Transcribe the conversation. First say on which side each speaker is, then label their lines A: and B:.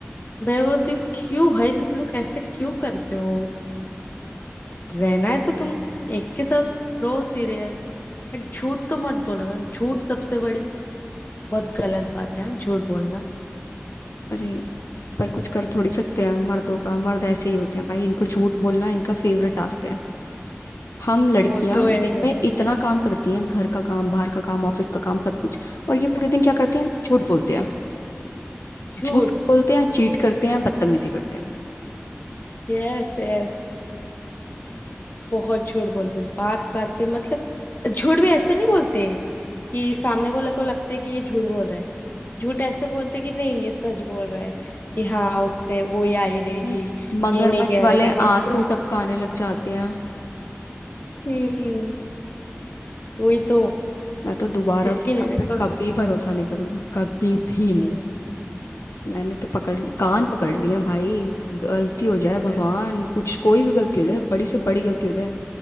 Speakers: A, on the left (about 45°); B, on the left (about 85°).
A: मैं बोलती हूँ क्यों भाई तुम लोग ऐसे क्यों करते हो रहना है तो तुम एक के साथ रहो सीरियस झूठ तो मत बोलो झूठ सबसे बड़ी बहुत गलत बात है हाँ, झूठ बोलना
B: अरे पर कुछ कर थोड़ी सकते हैं मर्दों का मर्द ऐसे ही होते हैं भाई इनको झूठ बोलना इनका फेवरेट टास्क है हम लड़कियां
A: वो तो है
B: दिन
A: बाबा।
B: में इतना काम करती हैं घर का काम बाहर का काम ऑफिस
A: हम्म।
B: का काम सब कुछ और ये पूरे दिन क्या करते हैं झूठ बोलते हैं
A: झूठ
B: झूठ बोलते हैं चीट करते हैं बदतमीजी करते हैं
A: यस यस बहुत झूठ बोलते हैं बात बात पे मतलब झूठ भी ऐसे नहीं बोलते कि सामने वाले को लगता है कि ये झूठ बोल रहा है झूठ ऐसे बोलते कि नहीं ये सच बोल रहा है कि हाँ उसने वो ही आई रहेगी
B: नहीं मगरमच्छ
A: ये नहीं कह
B: वाले
A: रहेगा हम तो
B: आंसू टपकाने लग जाते हैं
A: हम्म वही तो
B: मैं तो दोबारा
A: इसके
B: उस इंसान
A: लिए ना
B: पे
A: कभी
B: कभी भरोसा नहीं करूंगी कभी भी नहीं
A: हम्म
B: मैंने तो पकड़ लि- कान पकड़ लिए हैं भाई गलती हो जाए भगवान
A: यस
B: कुछ कोई भी गलती हो जाए बड़ी से बड़ी गलती हो जाए